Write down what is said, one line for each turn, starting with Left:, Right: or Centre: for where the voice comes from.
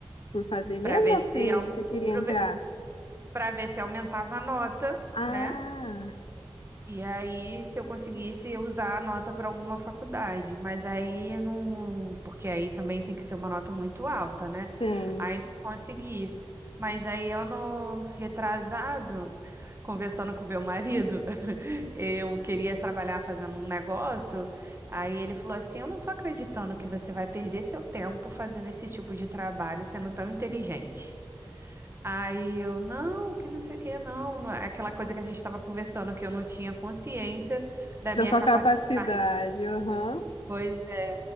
Left: por fazer mesmo
Right: Para ver
Left: ou
Right: se,
Left: você, você queria
Right: para
Left: entrar?
Right: ver pra ver se aumentava a nota,
Left: Ah,
Right: né? E aí, se eu conseguisse usar a nota para alguma faculdade, mas aí eu não, porque aí também tem que ser uma nota muito alta, né?
Left: tem.
Right: Aí não consegui. Mas aí ano retrasado, conversando com meu marido, <laughs> eu queria trabalhar fazendo um negócio, aí ele falou assim: "Eu não tô acreditando que você vai perder seu tempo fazendo esse tipo de trabalho, sendo tão inteligente". Aí eu, não, que não sei o que, não, não é aquela coisa que a gente estava conversando, que eu não tinha consciência da
Left: Da
Right: minha
Left: sua
Right: capacidade.
Left: capacidade. Aham.
Right: Pois é.